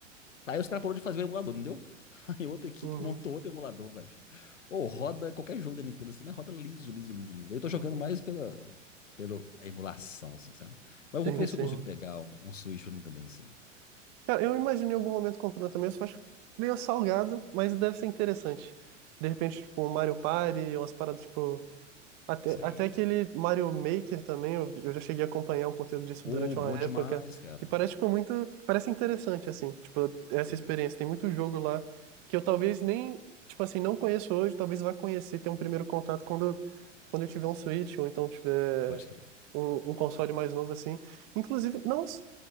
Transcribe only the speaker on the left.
Aí os caras pararam de fazer o emulador, entendeu? <laughs> E outra equipe
montou outro emulador, velho. Ou roda qualquer jogo da Nintendo assim, mas roda liso, liso, liso, liso. Eu tô jogando
mais pela, pela emulação, assim, sabe?
Mas eu
vou ver
se eu consigo pegar um, um Switch pra mim também, assim.
Sim.
Ô,
bom
demais, cara.
Sim,
pode crer.